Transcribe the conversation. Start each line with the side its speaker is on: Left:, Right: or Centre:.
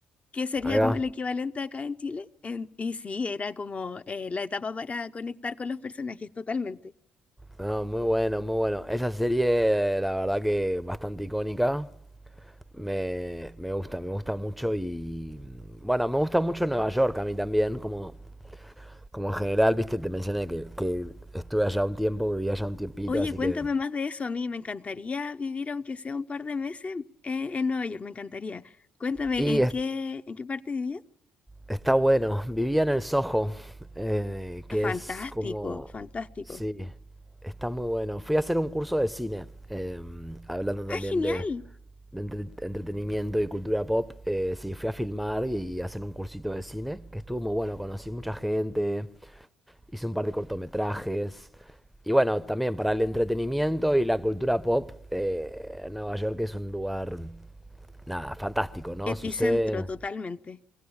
Left: que sería
Centre: Ahí va.
Left: como el equivalente acá en Chile. En- y sí, era como eh, la etapa para conectar con los personajes totalmente.
Centre: No, muy bueno, muy bueno. Esa serie, la verdad que bastante icónica. Me, me gusta, me gusta mucho y... Bueno, me gusta mucho Nueva York a mí también, como, como en general, viste, te mencioné que, que estuve allá un tiempo, viví allá un tiempito,
Left: Oye,
Centre: así
Left: cuéntame
Centre: que...
Left: más de eso. A mí me encantaría vivir, aunque sea un par de meses, eh, en Nueva York, me encantaría. Cuéntame,
Centre: Y
Left: ¿en qué, en qué parte vivías?
Centre: Está bueno. Vivía en el Soho, eh, que
Left: Ah, Fantástico,
Centre: es como...
Left: fantástico.
Centre: Sí, está muy bueno. Fui a hacer un curso de cine, eh, hablando también
Left: Ah, genial.
Centre: de, de entre- entretenimiento y cultura pop. Eh, sí, fui a filmar y hacer un cursito de cine, que estuvo muy bueno. Conocí mucha gente, hice un par de cortometrajes. Y bueno, también para el entretenimiento y la cultura pop, eh, Nueva York es un lugar, nada, fantástico, ¿no?
Left: Epicentro
Centre: Sucede...
Left: totalmente.